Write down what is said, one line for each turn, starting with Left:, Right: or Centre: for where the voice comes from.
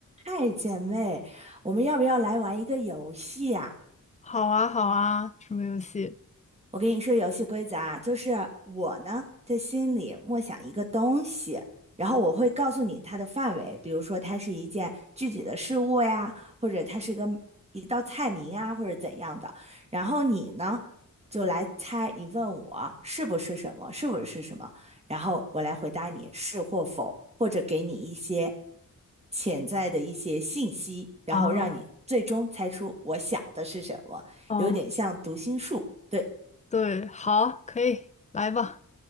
Right: 嗨，姐妹，我们要不要来玩一个游戏啊？
Left: 好啊，好啊，什么游戏
Right: 我跟你说游戏规则啊，就是我呢在心里默想一个东西，然后我会告诉你它的范围，比如说它是一件具体的事物呀，或者它是个一道菜名啊，或者怎样的。然后你呢就来猜，你问我是不是什么，是不是什么，然后我来回答你是或否，或者给你一些潜在的一些信息，然后让你最终猜出我想的是什么，
Left: 啊？哦，
Right: 有点像读心术。对。
Left: 对，好，可以，来吧，